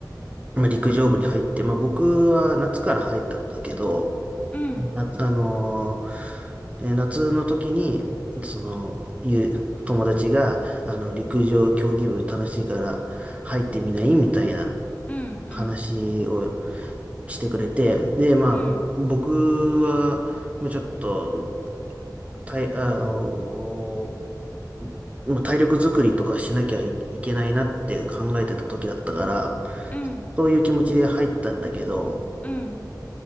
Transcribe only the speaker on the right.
まあ、陸上部に入って、まあ、僕は夏から入ったんだけど、
な、あのーえー夏の時に、その、いう友達が、あの、陸上競技部楽しいから入ってみないみたいな
話をしてくれて、で、まあ、
僕は、まあ、ちょっと、たい、あのもう体力作りとかしなきゃいいけないなって考えてた時だったから、
そういう気持ちで入ったんだけど、